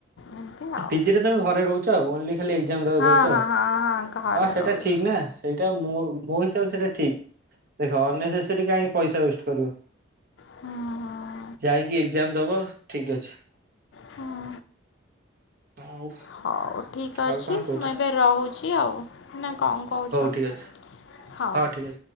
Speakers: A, on the left (about 65°); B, on the right (about 50°).
A: ଏମିତି ଆଉ
B: ପି ଜି ରେ ତମେ ଘରେ ରହୁଛ ଆଉ, ଓନ୍ଲି ଖାଲି ଏକ୍ସାମ ଦବାକୁ
A: ହଁ
B: ଯାଉଛ
A: ହଁ ହଁ ହଁ ଘରେ
B: ଆଉ ସେଇଟା
A: ରହୁଛି
B: ଠିକ ନା। ସେଇଟା ମୋ ମୋ ହିସାବରେ ସେଇଟା ଠିକ ଦେଖ ଅନେସେସରୀ କାହିଁକି ପଇସା ୱେଷ୍ଟ କରିବ।
A: ହୁଁ ହୁଁ
B: ଯାଇଙ୍କି ଏକ୍ଜାମ ଦବ ଠିକ ଅଛି।
A: ହଁ।
B: ଆଉ?
A: ହଉ ଠିକ୍ ଅଛି,
B: ଆଉ କଣ କହୁଛ
A: ମୁଁ ଏବେ ରହୁଛି ଆଉ। ନା କଣ କହୁଛ,
B: ହଉ ଠିକ ଅଛି
A: ହଉ।
B: ହଁ ଠିକ ଅଛି।